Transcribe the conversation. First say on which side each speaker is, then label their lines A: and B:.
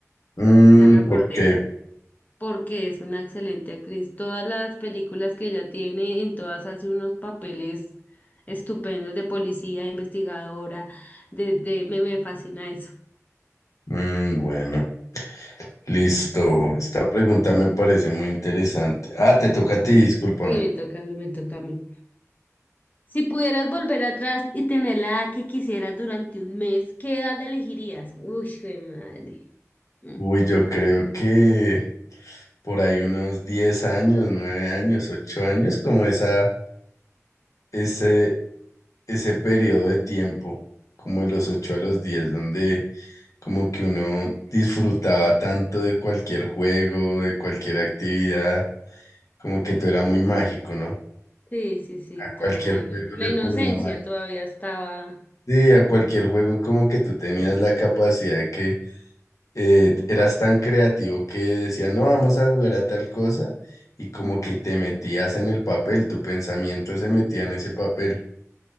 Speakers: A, on the left; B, on the left.
A: Mm,
B: ya me acordé
A: ¿por qué?
B: porque es una excelente actriz. Todas las películas que ella tiene, en todas hace unos papeles estupendos de policía, investigadora, de, de- me, me fascina eso.
A: Mm, bueno, listo.
B: Listo.
A: Esta pregunta me parece muy interesante. Ah, te toca a ti, discúlpame.
B: Sí, me toca a mí, me toca a mí. Si pudieras volver atrás y tener la edad que quisieras durante un mes, ¿qué edad elegirías? Uy, jue madre. Mm.
A: Uy, yo creo que por ahí unos 10 años, 9 años, 8 años, como esa, ese, ese periodo de tiempo, como de los 8 a los 10 donde como que uno disfrutaba tanto de cualquier juego, de cualquier actividad, como que todo era muy mágico, ¿no?
B: Sí, sí, sí,
A: A cualquier
B: todo era-
A: juego
B: La
A: le
B: inocencia
A: ponía magia.
B: todavía estaba.
A: Sí, a cualquier juego como que tú tenías la capacidad de que eh, eras tan creativo que decían, no, vamos a jugar a tal cosa, y como que te metías en el papel, tu pensamiento se metía en ese papel.